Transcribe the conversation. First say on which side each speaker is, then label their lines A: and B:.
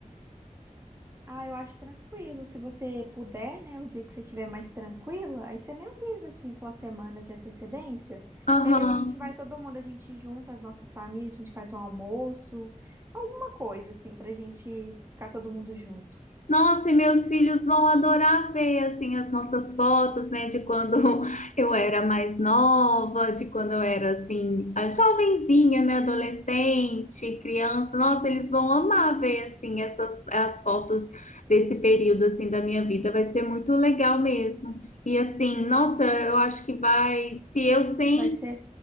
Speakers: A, on the right; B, on the left.
A: Ah, eu acho tranquilo. Se você puder, né, o dia que você estiver mais tranquila, aí você me avisa, assim, com a semana de antecedência,
B: Aham.
A: que aí a gente vai todo mundo, a gente junta as nossas famílias, a gente faz um almoço, alguma coisa, assim, pra gente ficar todo mundo junto.
B: Nossa, e meus filhos vão adorar ver assim as nossas fotos, né, de quando <laughs> eu era mais nova, de quando eu era assim, a jovenzinha, né, adolescente, criança. Nossa, eles vão amar ver assim essas as fotos desse período assim da minha vida. Vai ser muito legal mesmo. E assim, nossa, eu acho que vai, se eu sem
A: Vai ser